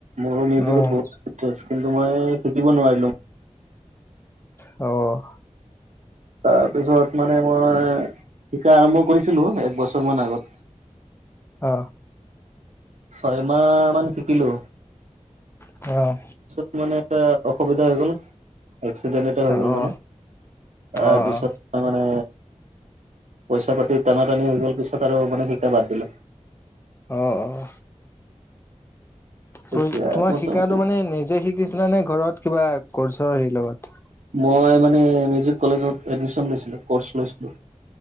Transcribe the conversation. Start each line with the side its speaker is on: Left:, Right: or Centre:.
Right: মোৰো মিউজিকত
Left: অ',
Right: বহুত টো আছে কিন্তু মই শিকিব নোৱাৰিলো।
Left: অ
Right: তাৰপিছত মানে মই শিকা আৰম্ভ কৰিছিলো এক বছৰ মান আগত।
Left: অ
Right: ছয়মাহ মান শিকিলো।
Left: অ
Right: তাৰপিছত মানে এটা অসুবিধা হৈ গ'ল এক্সিডেণ্ট এটা হৈ গ'ল
Left: অ',
Right: মানে তাৰপিছত
Left: অ',
Right: তামানে পইছা পাতি টানা টানি হৈ গল পিছত আৰু মানে সেইতা বাদ দিলো
Left: অ অ
Right: তেতিয়া
Left: তই তোমাৰ
Right: মোটামুটি
Left: শিকাতো মানে নিজে শিকি ছিলা নে ঘৰত কিবা কৰ্চৰ হেৰি লগত
Right: মই মানে মিউজিক কলেজত এডমিশন লৈছিলো কৰ্চ লৈছিলো।